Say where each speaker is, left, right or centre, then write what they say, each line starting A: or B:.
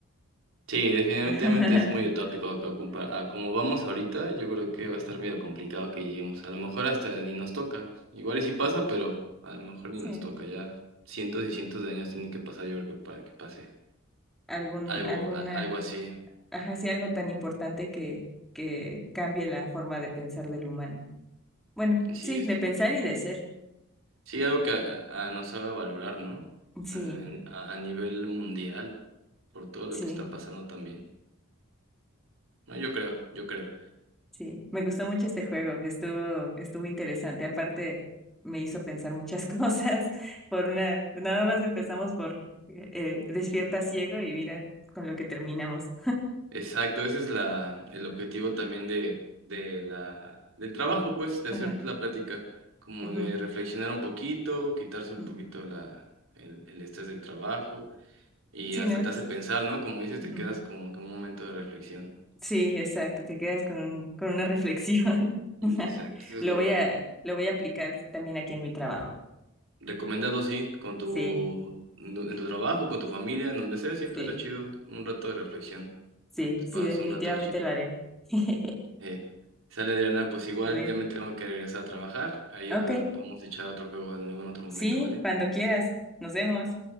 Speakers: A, on the right; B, in the centre.
A: Sí, definitivamente
B: <laughs>
A: es muy utópico a, co- compa- a como vamos ahorita, yo creo que va a estar medio complicado que lleguemos. A lo mejor hasta ni nos toca. Igual y sí pasa, pero a lo mejor ni
B: Sí,
A: nos toca. Ya cientos y cientos de años tienen que pasar, yo creo que para que pase
B: algún,
A: algo,
B: alguna,
A: a- algo así.
B: ajá, sí, algo tan importante que, que cambie la forma de pensar del humano. Bueno,
A: Sí,
B: sí,
A: este,
B: de pensar y de ser.
A: sí, algo que a- a- nos haga valorar, ¿no?
B: Sí,
A: a a- a nivel mundial, por todo lo
B: sí.
A: que está pasando también. No, yo creo, yo creo.
B: Sí, me gustó mucho este juego, estuvo, estuvo interesante. Aparte, me hizo pensar muchas <laughs> cosas por una, nada más empezamos por eh, eh, despierta ciego y mira con lo que terminamos.
A: Exacto, ese es la, el objetivo también de, de la, del trabajo, pues, de
B: Ajá,
A: hacer la plática, como
B: ujú,
A: de reflexionar un poquito, quitarse un
B: ujú.
A: poquito la, el, el estrés del trabajo y
B: Sí,
A: hasta
B: ¿no?
A: te hace pensar, ¿no? Como dices,
B: Ujú.
A: te quedas como que un momento de reflexión.
B: Sí, exacto, te quedas con un- con una reflexión. <laughs>
A: Exacto, eso
B: Lo
A: es lo
B: voy
A: bueno.
B: a, lo voy a aplicar también aquí en mi trabajo.
A: Recomendado, sí, con tu,
B: Sí,
A: en tu trabajo, con tu familia, en donde sea, siempre
B: sí,
A: está chido un rato de reflexión.
B: sí,
A: Te
B: sí,
A: pasas
B: definitivamente
A: un rato chido.
B: lo haré. <laughs>
A: Eh, sale Adriana, pues igual
B: Vale.
A: ya me tengo que regresar a trabajar. Ahí
B: Ok,
A: ojalá podamos echar otro juego en algún otro momento,
B: sí,
A: ¿vale?
B: cuando quieras. Nos vemos.